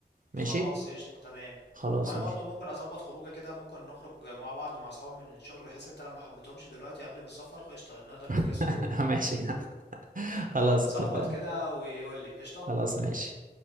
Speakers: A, on the right; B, on the left.
A: ماشي
B: خلاص قشطة تمام
A: خلاص
B: وانا
A: ماشي
B: برضو ممكن اظبط خروجه كده ممكن نخرج مع بعض مع اصحابي من الشغل بحيث انت لما حبيتهمش دلوقتي قبل ما السفر قشطة نقدر نفكسهم
A: <laughs> ماشي <laughs> خلاص
B: خلاص ظبط
A: اتفقنا
B: كده وقول لي قشطة
A: خلاص ماشي